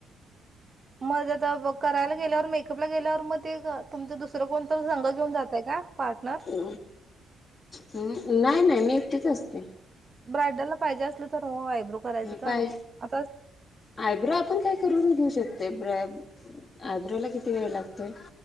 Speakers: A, on the right; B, on the left.
A: मग आता करायला गेल्यावर मेकअपला गेल्यावर मग ते तुमचं दुसरं कोण तर संघ घेऊन जातय का पार्टनर
B: अ हम् नाही नाही मी एकटीच असते
A: ब्राडरला पाहिजे असलं तर वायब्रो करायचं तरण
B: पाय
A: आता
B: आयब्रो आपण काय करून घेऊ शकतो ब आयब्रो ला किती वेळ लागतोय